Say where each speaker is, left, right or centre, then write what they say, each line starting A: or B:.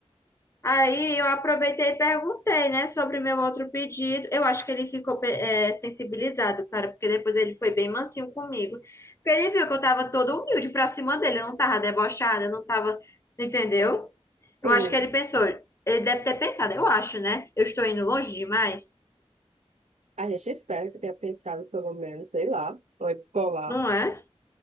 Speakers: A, on the left; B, on the right.
A: Aí eu aproveitei e perguntei, né, sobre meu outro pedido. Eu acho que ele ficou pe- eh, sensibilizado, cara, porque depois ele foi bem mansinho comigo. Porque ele viu que eu tava toda humilde pra cima dele, eu não tava debochada, eu não tava, entendeu?
B: sim.
A: Eu acho que ele pensou, ele deve ter pensado, eu acho, né? Eu estou indo longe demais,
B: A gente espera que tenha pensado, pelo menos, sei lá, foi polar.
A: não é?